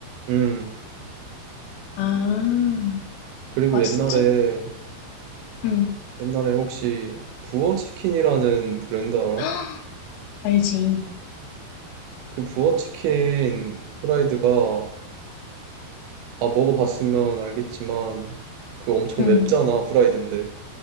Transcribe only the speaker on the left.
아,
맛있지?
응,
<gasps> 알지.
응.